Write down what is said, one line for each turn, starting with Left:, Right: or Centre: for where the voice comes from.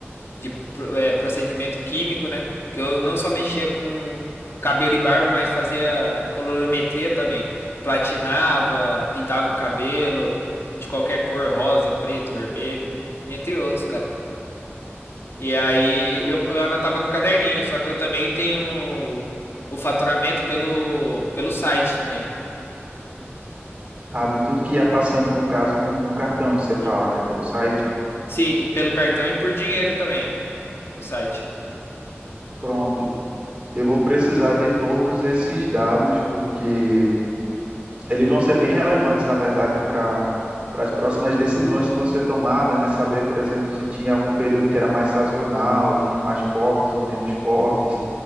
Left: de pro- é, procedimento químico, né? Que eu não só mexia com cabelo e barba, mas fazia colorimetria também. Platinava, pintava o cabelo de qualquer cor, rosa, preto, vermelho, entre outros, cara. E aí eu, eu anotava no caderninho, só que eu também tenho o, o faturamento pelo, pelo site também.
Right: Ah, de tudo que ia passando, no caso, no, no cartão, você fala,
Left: E-
Right: né, pelo site?
Left: sim, e pelo cartão e por dinheiro também no site.
Right: Pronto, eu vou precisar de todos esses dados, porque eles vão ser bem relevantes, na verdade, para para as próximas decisões que vão ser tomadas, né? Saber, por exemplo, se tinha algum período que era mais sazonal, tinha mais cortes ou menos cortes,